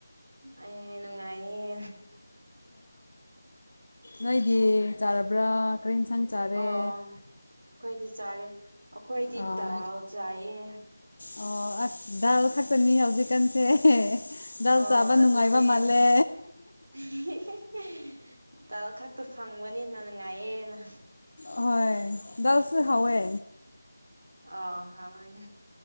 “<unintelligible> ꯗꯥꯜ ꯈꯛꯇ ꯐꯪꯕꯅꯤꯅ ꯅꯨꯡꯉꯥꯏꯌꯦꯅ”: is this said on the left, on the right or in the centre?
Right